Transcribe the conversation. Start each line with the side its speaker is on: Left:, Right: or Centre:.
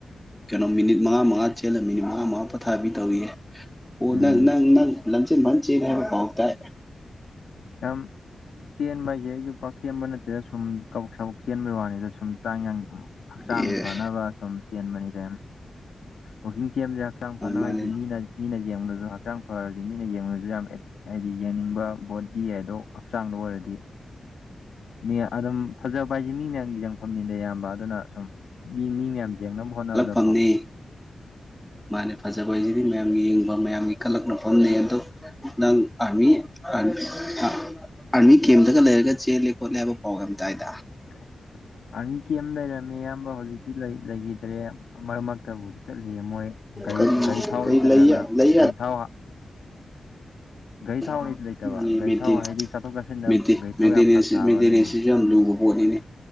Centre: ꯀꯩꯅꯣ ꯃꯤꯅꯤꯠ ꯃꯉꯥ ꯃꯉꯥ ꯆꯦꯜꯂ ꯃꯤꯅꯤꯠ ꯃꯉꯥ ꯃꯉꯥ ꯄꯣꯊꯥꯕꯤ ꯇꯧꯏꯌꯦ ꯑꯣ
Left: ꯎꯝ
Centre: ꯅꯪ ꯅꯪ ꯅꯪ ꯂꯝꯖꯦꯟ ꯐꯟ ꯆꯦꯜꯂꯦ ꯍꯥꯏꯕ ꯄꯥꯎ ꯇꯥꯏ
Left: ꯌꯥꯝ ꯆꯦꯟꯕ ꯍꯥꯏꯁꯦ ꯑꯩꯁꯨ ꯄꯥꯛꯆꯦꯟꯕ ꯅꯠꯇꯦꯗ ꯁꯨꯝ ꯀꯕꯛ ꯁꯕꯛ ꯆꯦꯟꯕꯩ ꯋꯥꯅꯤꯗ ꯁꯨꯝ ꯆꯥꯡ ꯍꯛꯆꯥꯡ
Centre: ꯑꯦ
Left: ꯐꯅꯕ ꯁꯨꯝ ꯆꯦꯟꯕꯅꯤꯗ ꯋꯥꯛꯀꯤꯡ ꯆꯦꯟꯕꯖꯦ ꯍꯛꯆꯥꯡ ꯐꯅꯕ
Centre: ꯃꯥꯅꯦ
Left: ꯍꯥꯏꯗꯤ ꯃꯤꯅ ꯃꯤꯅ ꯌꯦꯡꯕꯗꯖꯨ ꯍꯛꯆꯥꯡ ꯐꯔꯗꯤ ꯃꯤꯅ ꯌꯦꯡꯕꯗꯖꯨ ꯌꯥꯝ ꯍꯥꯏꯗꯤ ꯌꯦꯡꯅꯤꯡꯕ ꯕꯣꯗꯤ ꯍꯥꯏꯗꯣ ꯍꯛꯆꯥꯡꯗ ꯑꯣꯏꯔꯗꯤ ꯃꯤ ꯑꯗꯨꯝ ꯐꯖꯕ ꯍꯥꯏꯁꯦ ꯃꯤ ꯃꯌꯥꯝꯒꯤ ꯌꯦꯡꯐꯝꯅꯤꯗ ꯑꯌꯥꯝꯕ ꯑꯗꯨꯅ ꯁꯨꯝ ꯃꯤ ꯃꯤ ꯃꯌꯥꯝ ꯌꯦꯡꯅꯕ ꯍꯣꯠꯅꯕꯗ
Centre: ꯐꯪꯉꯤ ꯃꯥꯅꯦ ꯐꯖꯕ ꯍꯥꯏꯁꯤꯗꯤ ꯃꯌꯥꯝꯒꯤ ꯌꯦꯡꯕ ꯃꯌꯥꯝꯒꯤ ꯀꯜꯂꯛꯅꯐꯝꯅꯤ ꯑꯗꯣ ꯅꯪ ꯐꯪꯏ ꯑꯁ ꯑꯥꯔꯃꯤ ꯀꯦꯝꯇꯒ ꯂꯩꯔꯒ ꯆꯦꯜꯂꯦ ꯈꯣꯠꯂꯦ ꯍꯥꯏꯕ ꯄꯥꯎ ꯌꯥꯝ ꯇꯥꯏꯗ
Left: <inaudible> ꯑꯥꯔꯃꯤ ꯀꯦꯝ ꯂꯩꯔꯝꯃꯦ ꯏꯌꯥꯝꯕ ꯍꯧꯖꯤꯛꯇꯤ ꯂꯩ ꯂꯩꯈꯤꯗ꯭ꯔꯦ ꯃꯔꯛ ꯃꯔꯛꯇꯕꯨꯗꯤ ꯆꯠꯂꯤꯌꯦ ꯃꯣꯏ ꯒꯥꯔꯤ
Centre: ꯀꯔꯤ
Left: ꯒꯥꯔꯤ ꯊꯥꯎ
Centre: ꯀꯔꯤ
Left: ꯂꯩꯇꯗꯅ
Centre: ꯂꯩ ꯂꯩ
Left: ꯒꯥꯔꯤ ꯊꯥꯎ ꯒꯥꯔꯤ ꯊꯥꯎ
Centre: ꯑꯣ
Left: ꯂꯩꯇꯕ ꯒꯥꯔꯤ
Centre: ꯃꯦꯠꯇꯦ
Left: ꯊꯥꯎ ꯍꯥꯏꯗꯤ ꯆꯠꯊꯣꯛ ꯆꯠꯁꯤꯟꯗ
Centre: ꯃꯦꯠꯇꯦ
Left: ꯒꯥꯔꯤ ꯊꯥꯎ
Centre: ꯃꯦꯟꯇꯦꯅꯦꯁꯤ
Left: ꯌꯥꯝ ꯐꯔꯛ ꯇꯥꯕ
Centre: ꯃꯦꯟꯇꯦꯅꯦꯁꯤ
Left: ꯑꯗꯨꯏꯅꯦ
Centre: ꯌꯥꯝ ꯂꯨꯕ ꯄꯣꯠꯅꯤꯅꯤ